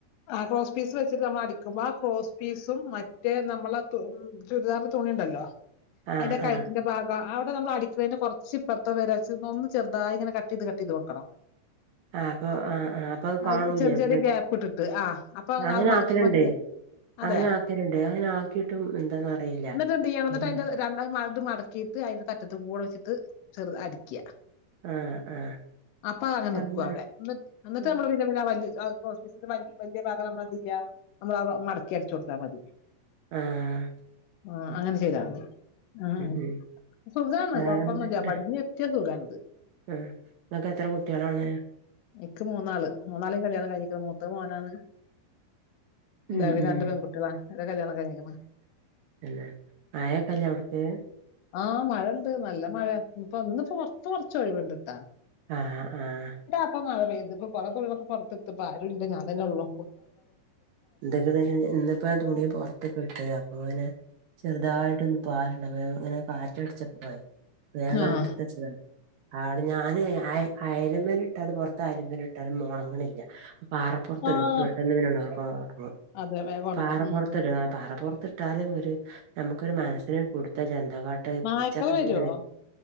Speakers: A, on the left; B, on the right.
A: ആ ക്രോസ് പീസ് വെച്ചിട്ട് നമ്മൾ അടിക്കുമ്പോ ആ ക്രോ പീസും മറ്റേ നമ്മള ചുരിദാറിന്റെ തുണി ഉണ്ടല്ലോ
B: ആ
A: അതിന്റെ കഴുത്തിന്റെ
B: ആ
A: ഭാഗം ആവിടെമ്മ അടിക്കുന്നതിന് കൊറച്ച് ഇപ്പറത്തം വരാന്ന് ഒന്ന് ചെറുതായി ഇങ്ങന കട്ട് ചെയ്ത് കട്ട് ചെയ്ത് കൊടുക്കണം
B: ആ അപ്പൊ ആ ആ അപ്പൊ അത്
A: അ
B: കാണൂലേ
A: ചെറിയ ചെറിയ
B: പിന്നെ
A: ഗ്യാപ്പ് ഇട്ടിട്ട് ആ അപ്പൊ
B: അങ്ങനെ
A: അത് മറിക്കുമ്പോ
B: ആക്കലുണ്ട്
A: എന്തെയ്യാ അതെ
B: അങ്ങനെ ആക്കലുണ്ട് അങ്ങനെ ആക്കിയിട്ടും എന്താന്ന് അറിയില്ല
A: എന്നിട്ട് എന്ത് ചെയ്യണം എന്നിട്ട്
B: ഉം.
A: അതിന്റെ രണ്ട ഇത് മടക്കിട്ട് അതിന്റെ അറ്റത്ത് കൂടെ വെച്ചിട്ട് ചെറ അടിക്കുക
B: ആ ആ
A: അപ്പ അ
B: പക്ഷെ അങ്ങനെ
A: ക്കും അവടെ എന്നിട്ട്
B: ആ
A: നമ്മള് പിന്ന വ ഓഫീസി വലിയ ഭാഗം നമ്മളെന്ത് ചെയ്യാ നമ്മളത് മടക്കി അടച്ചു കൊടുത്താൽ മതി
B: ആഹ
A: ആ അങ്ങനെ ചെയ്താ മതി ആ
B: ഉം
A: സുഖമാണ്
B: വേറെന്തൊക്കെടാ
A: കുഴപ്പൊന്നില്ലാ പടിഞ്ഞ വ എത്തിയ സുഖമാണ്
B: ആ നിങ്ങൾക്ക് എത്ര കുട്ടികളാണ്
A: എനിക്ക് മൂന്നാള് മൂന്നാളും കല്യാണം കഴിഞ്ഞിക്ക മൂത്ത മോനാണ് <unintelligible>
B: ഉം ഉം
A: രണ്ട് പെൺകുട്ടികളാ ഒരെ കല്യാണം കെഴിഞ്ഞിക്ക്ണ്
B: എന്നെ മഴ ഒക്കെല്ലേ അവിട്ക്ക്
A: ആഹ് മഴ ഉണ്ട് നല്ല മഴ ഇപ്പ ഇന്ന് ഉപ്പൊ കുറച്ച് ഒഴിവുണ്ട്ട്ടാ
B: ആഹ ആഹ് ആഹ
A: ഇ മഴ പെയ്ത് ഇപ്പ കൊ <unintelligible> പുറത്തെത്ത്പ്പ ആരും ഇല്ലഞാൻ തന്നെ ഉള്ളൂ
B: എന്തൊക്കെയന്ന് വ ഇന്ന്പ്പോ ആ തുണിപുറത്ത് ഇട്ട് അപ്പൊ അങ്ങനെ ചെറുതായിട്ട് ഒന്ന് പാറുണ്ട് അപ്പങ്ങനെ കാ ടിച്ച പോ വേഗം
A: ആഹ്
B: എടുത്തച്ചതാ ആടെ ഞാന് അ ആ ഇട്ടാലും പുറത്ത അയല് മ്മല് ഇട്ടാലും ഒണങ്ങിണില്ല പാറപ്പറത്ത
A: ആഹ്
B: <inaudible>
A: അതെ വേഗം ഒണങ്ങും
B: പാറ
A: ഉം
B: പുറത്ത് ഇട പാറ പുറത്തിട്ടാലും ഒരു നമുക്കൊരു മനസിന പുടുത്ത ഇ കാട്ട
A: നായ്ക്കള്
B: പൂച്ചക്കെ
A: വരോ
B: അങ്ങനെ വരും